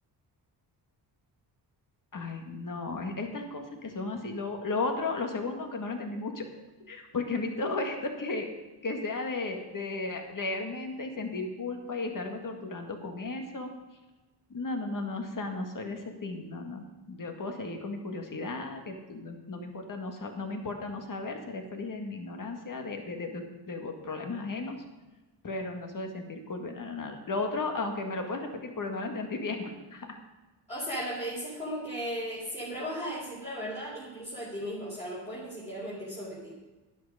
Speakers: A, on the left; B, on the left.
A: Ay, no, e- estas cosas que son así. Lo, lo otro, lo segundo, aunque no lo entendí mucho, <laughs> porque a mí todo esto que, que sea de, de leer mente y sentir culpa y estarme torturando con eso. No, no, no, no, o sea, no soy de ese team, no, no. Yo puedo seguir con mi curiosidad, que tú- no, no me importa no, sa- no me importa no saber, seré feliz en mi ignorancia de, de, de, tus- de vos- problemas ajenos, pero no soy de sentir culpa, no, no, no. Lo otro, aunque me lo puedes repetir porque no lo entendí bien. <laughs>
B: O sea, lo que dices es como que siempre vas a decir la verdad incluso de ti mismo, o sea, no puedes ni siquiera mentir sobre ti.